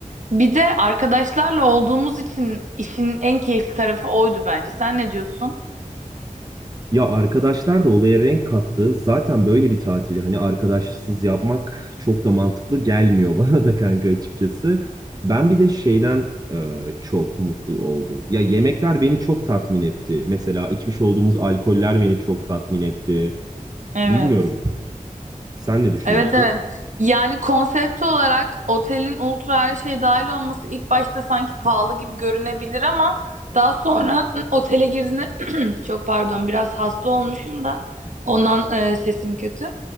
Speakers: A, on the right (about 60°); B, on the right (about 25°).
A: Bir de arkadaşlarla olduğumuz için işin en keyifli tarafı oydu bence. Sen ne diyorsun?
B: Ya arkadaşlar da olaya renk kattı. Zaten böyle bir tatili hani arkadaşsız yapmak çok da mantıklı gelmiyor <laughs> bana da kanka açıkçası. Ben bir de şeyden e, çok mutlu oldum. Ya yemekler beni çok tatmin etti. Mesela içmiş olduğumuz alkoller beni çok tatmin etti.
A: Evet.
B: Bilmiyorum. Sen ne düşünüyorsun?
A: Evet Aha. evet. Yani konsept olarak otelin ultra her şey dahil olması ilk başta sanki pahalı gibi görünebilir ama daha sonra <clears throat> otele girdiğinde <clears throat> çok pardon biraz hasta olmuşum da ondan e, sesim kötü.